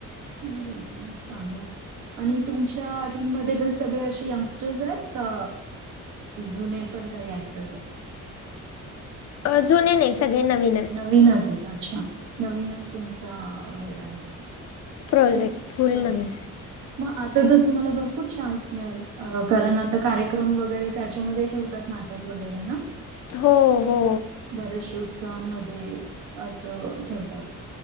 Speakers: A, on the right (about 80°); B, on the left (about 55°).
A: फॉर एक्साम चांगलंय आणि तुमच्या टीममध्ये पण सगळे असे यंगस्टर्स आहेत का जुने पण काही ऍक्टर आहे
B: अ जुनी नाही सगळे नवीन हाय
A: नवीनच आहेत अच्छा नवीनच तुमच हे आहे.
B: प्रॉजेक्ट
A: मग
B: फूल
A: प्रोजेक्ट
B: नवीन
A: आहे. मग आता तर तुम्हाला भरपूर चान्स मिळेल कारण आता कार्यक्रम वगैरे त्याच्यामध्ये ठेवतात नाटक वगैरे ना
B: हो हो
A: बऱ्याचश्या उत्सवांमध्ये असं ठेवतात.